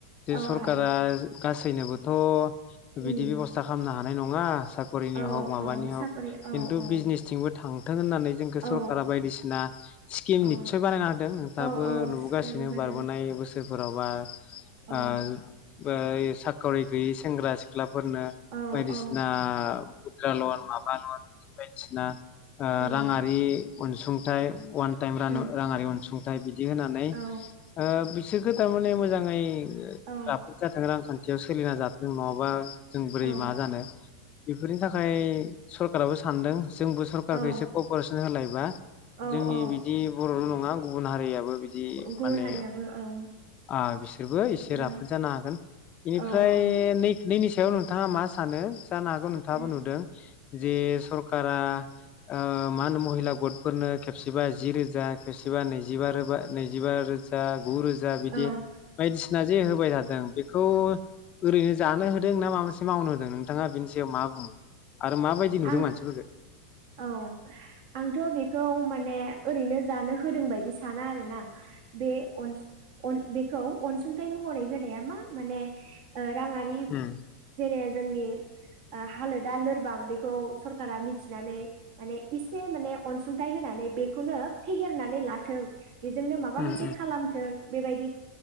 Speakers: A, on the left; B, on the right.
A: जे
B: औ
A: सरखारा
B: हायो
A: गासैनोबोथ'
B: उम
A: बिदि बेबस्था खामना हा नाय नङा साखरिनि
B: औ
A: हग माबानि
B: औ
A: हग
B: साखरि औ
A: खिन्थु
B: औ
A: बिजनेसथिंबो थांथों होननानै जोंखौ
B: औ
A: सरकारा बायदिसिना स्किम
B: औ
A: निस्सय बानायना होदों नोंथाबो
B: औ औ
A: नुबोगासिनो
B: स्केम होदों
A: बारबोनाय बोसो बेफोरावबा
B: औ
A: आ बै साखरि गैयै सेंग्रा सिख्लाफोरनो
B: औ
A: बायदिसिना
B: औ
A: मुद्रा लन माबा लन बिदि बायदिसिना ओ
B: औ
A: राङारि अनसुंथाइ अन <unintelligible> रानु
B: उम
A: राङारि अनसुं दायबिद दि होनानै
B: औ
A: ओ बिसोरखौ थारमाने मोजाङै ओ
B: औ
A: राफोद जाथों रांखान्थि थियाव सोलिना जाथों नङाबा जों बोरै
B: औ
A: मा जानो बेफोरनि थाखाय सरकाराबो सान्दों जोंबो सरखारारखौ
B: औ
A: एसे कपारेसन होलायबा
B: औ
A: जोंनि
B: औ
A: बिदि बर'ल' नङा गुबुन हारियाबो बिदि
B: गुबुन
A: माने
B: हारियाबो औ।
A: ओ बिसोरबो एसे
B: औ
A: राफोद जानो हागोन इनिफ्राय
B: औ औ
A: नै-नैनि नोंथाङा मा सा सानो जानो हागौ नोंथाङाबो
B: औ
A: नुदों जे सरखारा ओ मा होनो महिला गद फोरनो खेबसेबा जि रोजा खेबसेबा नैजिबा रोबा नैजिबा रो बा गु रोजा
B: आं
A: दि बायदिसिना जि होबाय थादों बेखौ ओरैनो जानो होदों ना माबा मोनसे मावनो होदों नोंथाङा बिनि सायाव मा बुङो। आरो माबायदि नुदों
B: आं
A: मानसिफोरखौ
B: औ आंथ बेखौ माने ओरैनो जानो होदों बायदि साना आरो ना। बे अनस अन बेखौ अनसुं थाइ महरै होनाया मा माने ओ राङारि
A: उम
B: जेरै जोंनि हालोदा लोरबां बे बेखौ सरकारा मिथिनानै माने एसे माने अनसुंथाइ होनानै बेखौनो फेहेरनानै लाथों बेजोंनो माबा
A: उम
B: मोनसे खालामथों बेबायदि